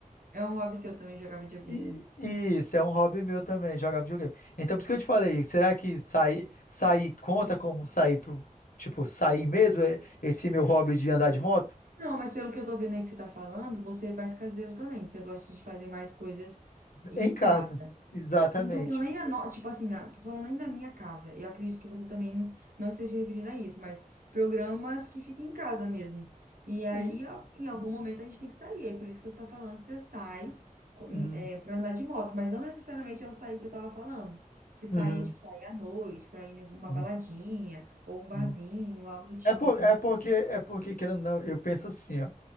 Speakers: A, on the right (about 85°); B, on the left (about 75°).
A: É um hobby seu também jogar videogame.
B: E, e isso é um hobby meu também, jogar videogame. Então, por isso que eu te falei, será que sair, sair conta como sair pro, tipo, sair mesmo, é, esse meu hobby de andar de moto?
A: Não, mas pelo que eu tô vendo aí que você tá falando, você é mais caseiro também. Você gosta de fazer mais coisas em
B: Em casa,
A: casa.
B: exatamente.
A: Ó, Não tô falando nem a no... tipo assim, ah, tô falando nem da minha casa. Eu acredito que você também não esteja se referindo a isso, mas programas que fiquem em casa mesmo. E aí,
B: E
A: ó, em algum momento, a gente tem que sair. É por isso que você tá falando que você sai co-
B: uhum,
A: é, pra andar de moto, mas não necessariamente é o sair que eu tava falando. Que sair
B: uhum,
A: é tipo sair à noite, pra ir em alguma
B: uhum,
A: baladinha, ou um barzinho,
B: uhum.
A: algo do tipo,
B: É, por,
A: entendeu?
B: é porque é porque querendo ou não, eu penso assim, ó.